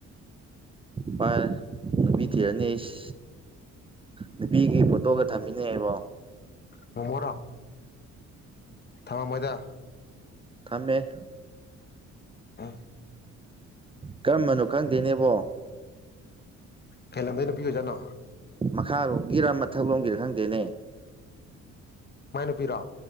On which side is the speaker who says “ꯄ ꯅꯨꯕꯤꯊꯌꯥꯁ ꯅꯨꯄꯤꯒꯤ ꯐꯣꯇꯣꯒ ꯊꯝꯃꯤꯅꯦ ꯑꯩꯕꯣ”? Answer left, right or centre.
Right